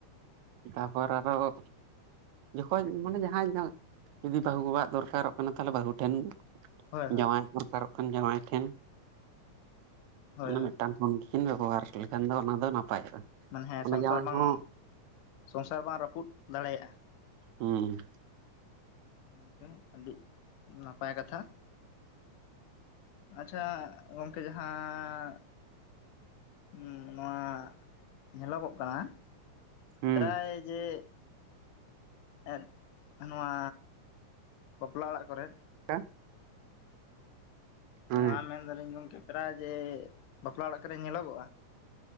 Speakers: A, on the right (about 75°); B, on the left (about 85°).
A: ᱛᱟᱨᱯᱚᱨ ᱟᱨᱦᱚ ᱡᱚᱠᱷᱚᱡ ᱢᱟᱱᱮ ᱡᱟᱦᱟᱸᱭ ᱡᱩᱫᱤ ᱵᱟᱹᱦᱩ ᱠᱚᱲᱟᱣᱟᱜ ᱫᱚᱨᱠᱟᱨᱚᱜ ᱠᱟᱱᱟ ᱛᱟᱦᱚᱞᱮ ᱵᱟᱹᱦᱩ ᱴᱷᱮᱱ
B: ᱦᱳᱭ ᱦᱳᱭ
A: ᱡᱟᱶᱟᱭ ᱫᱚᱨᱠᱟᱨᱚᱜ ᱠᱟᱱ ᱡᱟᱶᱟᱭ ᱴᱷᱮᱱ
B: ᱦᱳᱭ
A: ᱚᱱᱟ
B: ᱦᱳᱭ
A: ᱢᱤᱫᱴᱟᱝ ᱵᱷᱟᱜᱤ ᱠᱤᱱ ᱵᱮᱵᱚᱦᱟᱨ ᱞᱮᱠᱷᱟᱱ ᱫᱚ ᱚᱱᱟ ᱫᱚ ᱱᱟᱯᱟᱭᱚᱜᱼᱟ᱾
B: ᱢᱟᱱᱮ ᱦᱮᱸ
A: ᱚᱱᱟ
B: ᱥᱚᱝᱥᱟᱨ
A: ᱡᱟᱶᱟᱭ
B: ᱵᱟᱝ
A: ᱦᱚᱸ
B: ᱥᱚᱝᱥᱟᱨ ᱵᱟᱝ ᱨᱟᱹᱯᱩᱫ ᱫᱟᱲᱮᱭᱟᱜᱼᱟ᱾
A: ᱦᱩᱸ
B: ᱜᱚᱝᱠᱮ ᱟᱹᱰᱤ ᱱᱟᱯᱟᱭ ᱠᱟᱛᱷᱟ᱾ ᱟᱪᱪᱷᱟ ᱜᱚᱝᱠᱮ ᱡᱟᱦᱟᱸ ᱦᱩᱸ ᱱᱚᱣᱟ ᱧᱮᱞᱚᱜᱚᱜ ᱠᱟᱱᱟ᱾
A: ᱦᱩᱸ
B: ᱯᱨᱟᱭ ᱡᱮ ᱮᱸᱫ ᱱᱚᱣᱟ ᱵᱟᱯᱞᱟ ᱚᱲᱟᱜ ᱠᱚᱨᱮ
A: <inaudible> ᱦᱮᱸ
B: ᱱᱚᱣᱟ ᱢᱮᱱᱫᱟᱞᱤᱧ ᱜᱚᱢᱠᱮ ᱯᱮᱨᱟᱭ ᱡᱮ ᱵᱟᱯᱞᱟ ᱚᱲᱟᱜ ᱠᱚᱨᱮ ᱧᱮᱞᱚᱜᱚᱜᱼᱟ?